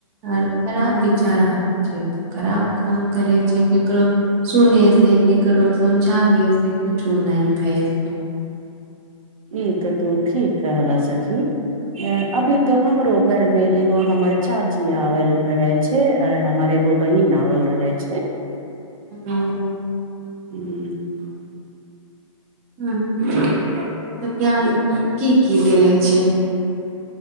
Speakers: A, on the right; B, on the right.
A: आर खराब विचार आबै छै त खराब काम करै छै ककरो सुने से क केकरो समझाबे से कुछुना भय
B: ई त तू ठीक कहल सखी अभी त हमरो घर में एगो हमर चाची आवल रहे छै और हमर एगो बहिन आवल रहे छै
A: हं
B: हूँ
A: हं तऽ ज्ञान की की देले छै